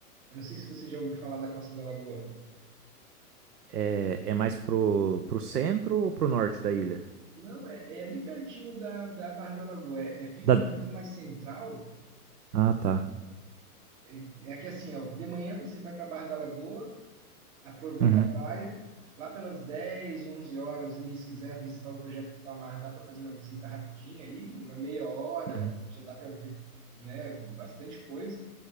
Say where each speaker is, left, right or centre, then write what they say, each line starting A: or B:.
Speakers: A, on the right; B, on the right.
A: Eu Não sei se você já ouviu falar da Costa da Lagoa.
B: É, é mais pro, pro centro ou pro norte da ilha?
A: Não, é, é ali pertinho da, da Barra da Lagoa. É, é- fica
B: Da-
A: numa região mais central.
B: Ah, tá.
A: É, é que assim, ó, de manhã você vai para a Barra da Lagoa, aproveita
B: Uhum,
A: a praia. Lá pelas 10, 11 horas ali, se quiser visitar o Projeto Itamar, dá para fazer uma visita rapidinha ali, uma meia hora,
B: uhum,
A: já dá para ver, né, bastante coisa.